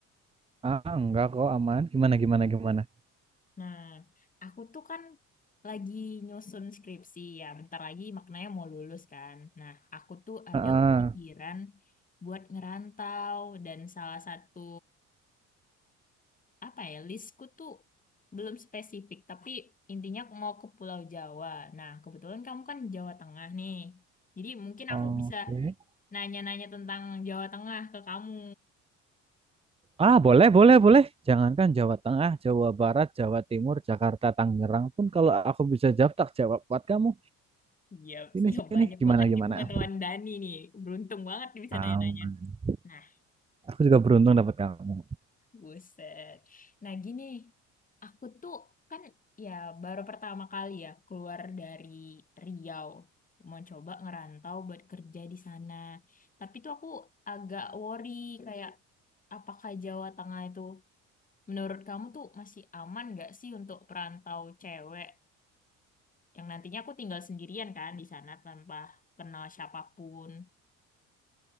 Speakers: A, on the right; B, on the left.
A: Ah enggak kok aman. Gimana gimana gimana?
B: Nah, aku tuh kan lagi nyusun skripsi ya, bentar lagi maknanya mau lulus kan. Nah, aku tuh ada
A: Heeh.
B: kepikiran buat ngerantau dan salah satu apa ya listku tuh belum spesifik tapi intinya aku mau ke Pulau Jawa. Nah kebetulan kamu kan Jawa Tengah nih, jadi mungkin
A: Oke.
B: aku bisa nanya-nanya tentang Jawa Tengah ke kamu.
A: Ah boleh boleh boleh. Jangankan Jawa Tengah, Jawa Barat, Jawa Timur, Jakarta, Tangerang pun kalau aku bisa jawab tak jawab buat kamu.
B: Ya
A: Ini
B: siap
A: sini
B: banyak
A: gimana
B: banget
A: gimana?
B: nih pengetahuan Dani nih, beruntung banget nih bisa
A: Aman.
B: nanya-nanya. Nah
A: Aku juga beruntung dapat kamu.
B: Buset. Nah gini, aku tuh kan ya baru pertama kali ya keluar dari Riau. Mau coba ngerantau buat kerja di sana. Tapi tuh aku agak worry kayak apakah Jawa Tengah itu menurut kamu tuh masih aman nggak sih untuk perantau cewek yang nantinya aku tinggal sendirian kan di sana tanpa kenal siapapun.